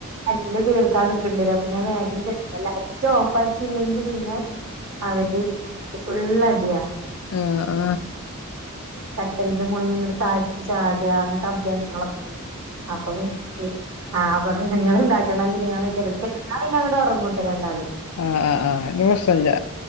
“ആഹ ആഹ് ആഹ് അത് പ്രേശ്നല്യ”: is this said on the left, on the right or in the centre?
Left